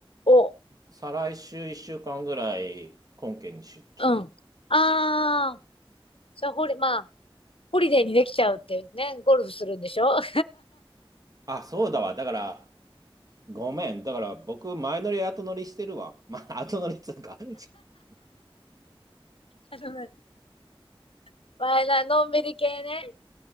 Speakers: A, on the left; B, on the right.
A: お、
B: 再来週1週間ぐらい、本県に出張。
A: うん。ああ、それホリ、まあ、ホリデーにできちゃうっていうね。ゴルフするんでしょ <laughs> あ
B: あ、そうだわ。だから、ごめん。だから、僕、前乗り後乗りしてるわ。<laughs> まあ、後乗りっつうか。<laughs>
A: の、<laughs> 前な、のんびり系ね。